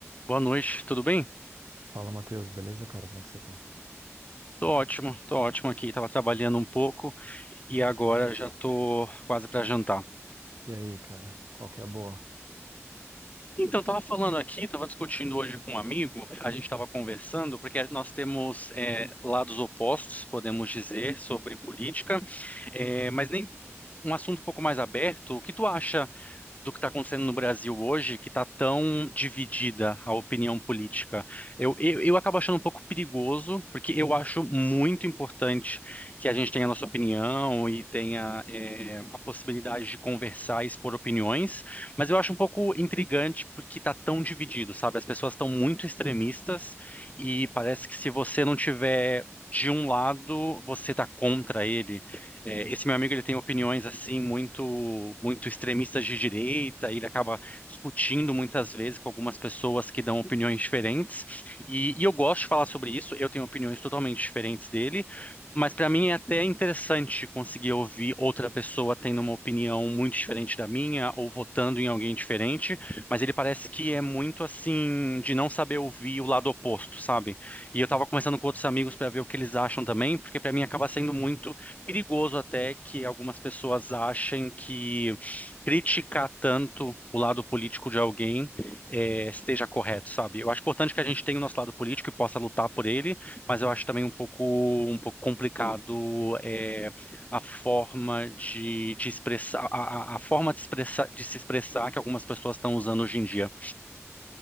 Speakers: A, on the left; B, on the right.
A: Boa noite, tudo bem?
B: Fala, Matheus, beleza, cara? Como é que você tá?
A: Tô ótimo, tô ótimo aqui. Tava trabalhando um pouco e agora já tô quase para jantar.
B: E aí, cara, qual que é a boa?
A: Então, tava falando aqui, tava discutindo hoje com um amigo, a gente tava conversando, porque nós temos é, lados opostos, podemos dizer, sobre política, é, mas nem um assunto um pouco mais aberto. O que tu acha? do que está acontecendo no Brasil hoje, que está tão dividida a opinião política. Eu, eu, eu acabo achando um pouco perigoso, porque eu acho muito importante que a gente tenha a nossa opinião e tenha é, a possibilidade de conversar e expor opiniões, mas eu acho um pouco intrigante porque está tão dividido, sabe? As pessoas estão muito extremistas e parece que se você não tiver de um lado, você está contra ele. É, esse meu amigo ele tem opiniões assim muito muito extremistas de direita, e ele acaba discutindo muitas vezes com algumas pessoas que dão opiniões diferentes. E, e eu gosto de falar sobre isso. Eu tenho opiniões totalmente diferentes dele, mas para mim é até interessante conseguir ouvir outra pessoa tendo uma opinião muito diferente da minha ou votando em alguém diferente. Mas ele parece que é muito assim de não saber ouvir o lado oposto, sabe? E eu tava conversando com outros amigos para ver o que eles acham também, porque para mim acaba sendo muito perigoso até que algumas pessoas achem que criticar tanto o lado político de alguém eh, esteja correto, sabe? Eu acho importante que a gente tenha o nosso lado político e possa lutar por ele, mas eu acho também um pouco um pouco complicado eh, a forma de, de expressar a, a- a forma de expressar de se expressar que algumas pessoas estão usando hoje em dia.